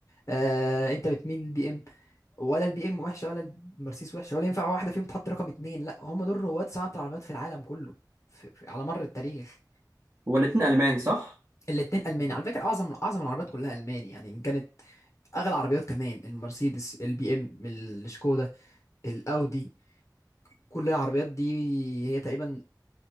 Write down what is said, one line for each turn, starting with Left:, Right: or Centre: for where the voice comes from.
Left: آه انت بتميل للبي ام ولا البي ام وحشه ولا المرسيدس وحشه ولا ينفع واحده فيهم تحط رقم اتنين لا هما دول رواد صناعه العربيات في العالم كله في في على مر التاريخ
Right: هو الاتنين المان صح
Left: الاتنين الماني على فكره اعظم اعظم العربيات كلها الماني يعني ان كانت اغلى عربيات كمان المرسيدس البي ام الشكودا الاودي كل العربيات دي هي تقريبا